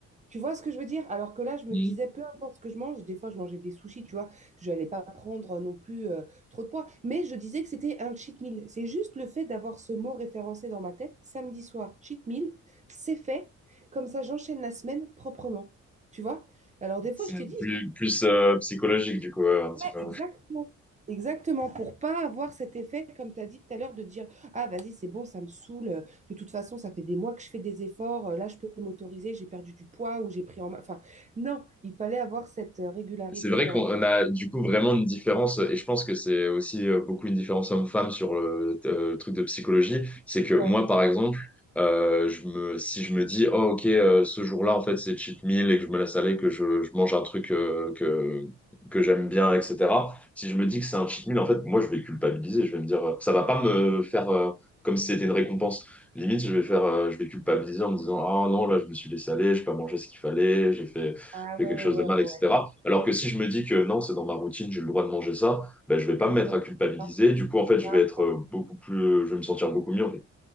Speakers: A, on the right; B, in the centre.
A: Tu vois ce que je veux dire? Alors que là, je me
B: oui,
A: disais, peu importe ce que je mange, des fois, je mangeais des sushis, tu vois, je n'allais pas prendre euh, non plus euh, trop de poids. Mais je disais que c'était un cheat meal. C'est juste le fait d'avoir ce mot référencé dans ma tête, samedi soir, cheat meal, c'est fait. Comme ça, j'enchaîne la semaine proprement. Tu vois? Alors des
B: c'est-
A: fois, je t'ai dit,
B: Plus, plus euh, psychologique, du coup, euh, un petit
A: Ouais,
B: peu.
A: exactement. Exactement, pour pas avoir cet effet, comme tu as dit tout à l'heure, de dire, ah, vas-y, c'est bon, ça me saoule. De toute façon, ça fait des mois que je fais des efforts. Euh, Là, je peux m'autoriser, j'ai perdu du poids ou j'ai pris en main. Enfin, non, il fallait avoir cette euh, régularité
B: C'est vrai
A: dans...
B: qu'on
A: dans-
B: a du coup vraiment une différence, et je pense que c'est aussi euh, beaucoup une différence homme-femme sur le, euh, le truc de psychologie. C'est que moi,
A: Ouais.
B: par exemple, euh, je me, si je me dis, oh ok, euh, ce jour-là, en fait, c'est cheat meal et que je me laisse aller, que je, je mange un truc euh, que, que j'aime bien, etc. Si je me dis que c'est un cheat meal, en fait, moi, je vais culpabiliser. Je vais me dire, euh, ça va pas me faire euh, comme si c'était une récompense. Limite, je vais faire, euh, je vais culpabiliser en me disant, ah non, là, je me suis laissé aller, j'ai pas mangé ce qu'il fallait, j'ai fait
A: Ah
B: fait
A: ouais,
B: quelque
A: ouais,
B: chose de mal,
A: ouais, ouais.
B: etc.
A: ouais.
B: Alors que si je me dis que non, c'est dans ma routine, j'ai le droit de manger ça, ben, je vais
A: Tu
B: pas
A: culpabilises,
B: me mettre à culpabiliser.
A: hein.
B: Du coup, en fait, je
A: Ah,
B: vais être euh, beaucoup plus, euh, je vais me sentir beaucoup mieux. en fait.